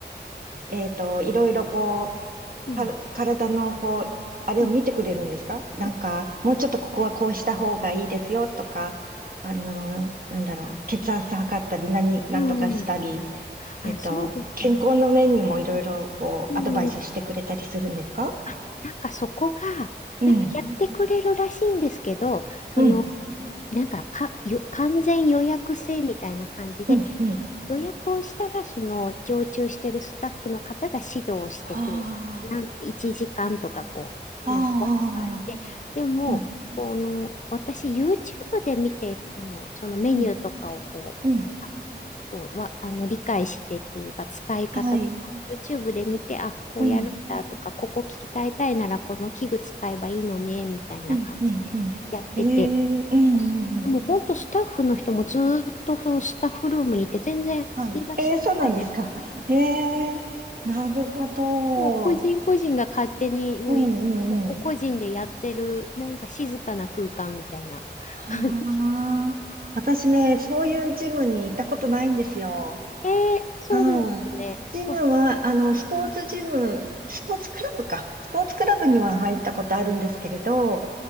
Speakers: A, on the right; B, on the left.
A: う、えっと、いろいろこう、
B: うん、
A: か、体の、こう、あれを見てくれるんですかなんか、
B: うん、うん。
A: もうちょっとここはこうした方がいいですよとか、あのーなんだろう、
B: あ、
A: 血圧測ったり、
B: そう
A: 何、なんとかしたり、
B: うん
A: えっと、
B: あそうですね。
A: 健康の面にもいろいろ、こう、
B: うん、
A: アドバイスしてくれたりするんですか
B: あ、なんかそこが、
A: うん、
B: なんかやってくれるらしいんですけど、その、
A: うん、
B: なんか、か、よ、完全予約制みたいな感じで、
A: うん、うん。
B: 予約をしたら、その常駐してるスタッフの方が指導をしてくれる。
A: あ
B: なん1時間とかこう、
A: あ、
B: なんか枠があって、
A: ああ、
B: でも、
A: うん、
B: この、私 YouTube で見て、この、そのメニューとかをこう、
A: うん、うん。
B: あの、こう、わ、あの、理解してっていうか、使い方とか、
A: はい、
B: YouTube で見て、あ、こうやるんだとか、
A: うん。
B: ここ聞きたいたいなら、この器具使えばいいのね、みたいな感じで
A: うんうんうん。
B: やってて、
A: ええうんうんうん。
B: もう本当スタッフの人もずーっとそのスタッフルームにいて全然いらっしゃらないです。
A: はい。ええそうなんですか。ええなるほど。
B: もう個人個人が勝手にもうい、
A: うんうんうん。
B: もう個々人でやってるなんか静かな空間みたいな感じ。
A: ああ、私ね、そういうジムに行ったことないんですよ。
B: <laughs> えー、そうなんですね。
A: うん。ジムは、
B: あ、
A: あの、スポーツジム、スポーツクラブか。スポーツクラブには入ったことあるんですけれど、